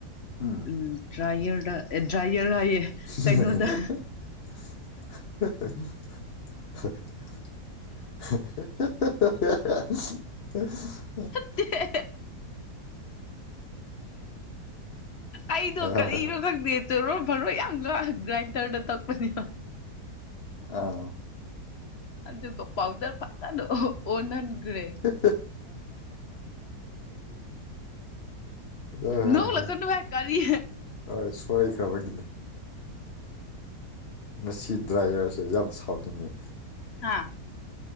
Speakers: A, on the left (about 45°); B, on the left (about 60°).
A: ꯎꯝ
B: ꯎꯝ ꯗ꯭ꯔꯥꯏꯌꯔꯗ ꯑꯦ ꯗ꯭ꯔꯥꯏꯌꯔ ꯍꯥꯏꯌꯦ
A: <unintelligible>
B: ꯀꯩꯅꯣꯗ
A: <unintelligible>
B: <unintelligible> ꯑꯩꯗꯣ
A: ꯍꯥꯏꯌꯣ
B: ꯀꯔꯤꯔ
A: ꯍꯥꯏꯌꯣ
B: ꯈꯪꯗꯦ ꯆꯣꯏꯔꯣꯟ ꯄꯥꯔꯣꯟ ꯌꯥꯝ ꯂꯣ ꯔꯥꯏꯟꯇꯔꯅ ꯇꯛꯄꯅꯤ
A: ꯑꯥ
B: ꯑꯗꯨꯒ ꯄꯥꯎꯗꯔ ꯐꯖꯅ ꯑꯣꯟꯍꯟ ꯒ꯭ꯔꯦ
A: <unintelligible> ꯍꯣꯏ ꯍꯣꯏ
B: ꯅꯣꯛꯂꯛꯀꯅꯨꯍꯦ
A: ꯍꯣꯏ
B: ꯀꯔꯤ
A: ꯑꯥ ꯁꯣꯏꯈ꯭ꯔꯕꯒꯤ ꯃꯁꯤ ꯗ꯭ꯔꯥꯏꯌꯔꯁꯦ ꯌꯥꯝ ꯁꯥꯎꯅꯤꯡꯉꯦ
B: ꯑꯥ